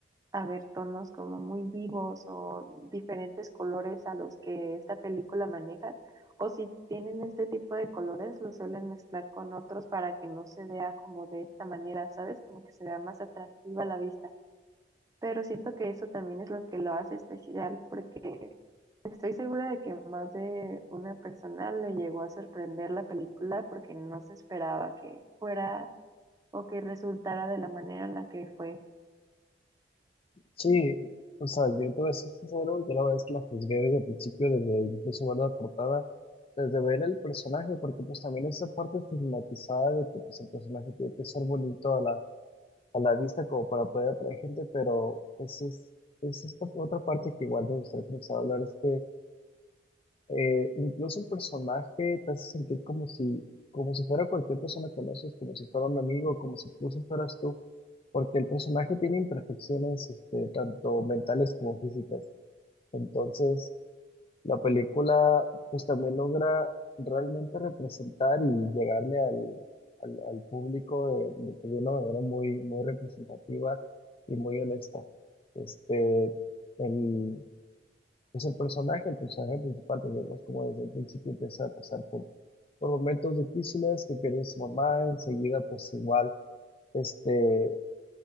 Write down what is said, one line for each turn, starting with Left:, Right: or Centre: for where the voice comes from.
Right: a ver tonos como muy vivos o diferentes colores a los que esta película maneja. O si tienen este tipo de colores, los suelen mezclar con otros para que no se vea como de esta manera, ¿sabes? Como que se vea más atractiva a la vista. Pero siento que eso también es lo que lo hace especial, porque estoy segura de que más de una persona le llegó a sorprender la película porque no se esperaba que fuera o que resultara de la manera en la que fue.
Left: Sí, o sea, yo te voy a ser sincero, yo la verdad es que la juzgué desde el principio, desde incluso ver la portada, desde ver el personaje, porque pues también esa parte estigmatizada de que pues el personaje tiene que ser bonito a la a la vista como para poder atraer gente, pero pues es, es esta otra parte que igual me gustaría comenzar a hablar, es que eh, incluso el personaje te hace sentir como si, como si fuera cualquier persona que conoces, como si fuera un amigo, como si incluso fueras tú, porque el personaje tiene imperfecciones este, tanto mentales como físicas. Entonces, la película pues también logra realmente representar y llegarle al, al- al público de, de, pues, de una manera muy, muy representativa y muy honesta. Este, el, pues el personaje, el personaje principal, pues vemos como desde el principio empieza a pasar por, por momentos difíciles, que pierde a su mamá, enseguida pues igual, este,